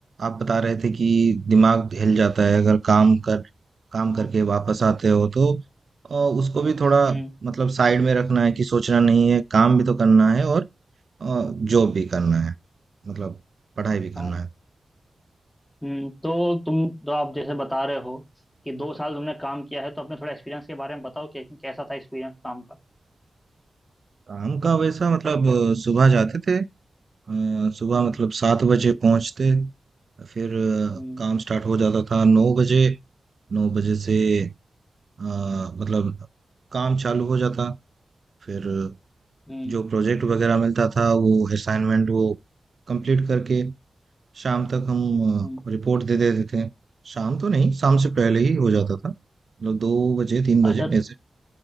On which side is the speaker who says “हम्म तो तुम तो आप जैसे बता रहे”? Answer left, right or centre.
Left